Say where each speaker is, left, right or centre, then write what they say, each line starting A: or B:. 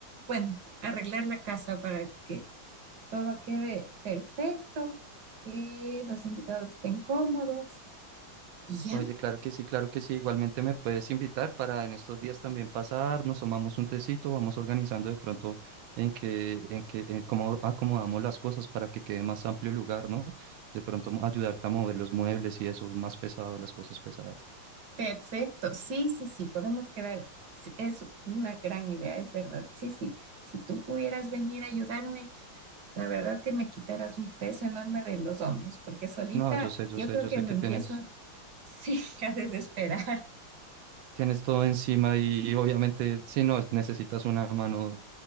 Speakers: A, on the right; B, on the right.
A: bueno, arreglar la casa para que todo quede perfecto, que los invitados estén cómodos y ya,
B: Oye, claro que sí, claro que sí. Igualmente me puedes invitar para en estos días también pasar, nos tomamos un tecito, vamos organizando de pronto en que, en que, en cómo acomodamos las cosas para que quede más amplio el lugar, ¿no? De pronto mo- ayudarte a mover los muebles y eso, más pesado, las cosas pesadas.
A: perfecto. Sí, sí, sí, podemos quedar. Sí, Es una gran idea, es verdad. Sí, sí, si tú pudieras venir a ayudarme, la verdad que me quitaras un peso enorme de los hombros, porque solita
B: No, yo sé, yo
A: yo
B: sé,
A: creo
B: yo
A: que
B: sé
A: me
B: que
A: empiezo,
B: tienes,
A: sí, <laughs> a desesperar.
B: tienes todo encima y, obviamente, si no, necesitas una mano